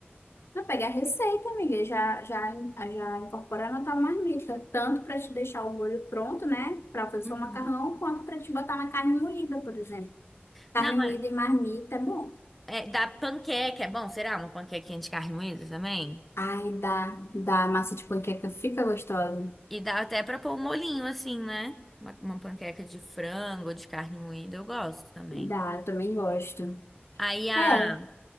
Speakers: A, on the left (about 80°); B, in the centre.
A: Pra pegar a receita, amiga, já, já, já incorporar na tua marmita, tanto para te deixar o molho pronto, né, Pra fazer
B: Uhum.
A: o macarrão, quanto para te botar na carne moída, por exemplo. Carne
B: Não,
A: moída
B: é,
A: e marmita é bom.
B: é- dá panqueca, é bom, será? Uma panquequinha de carne moída também?
A: Ai, dá, dá, a massa de panqueca fica gostosa.
B: E dá até pra pôr um molhinho assim, né? Uma, uma panqueca de frango ou de carne moída, eu gosto também.
A: Dá, eu também gosto.
B: Aí a,
A: É,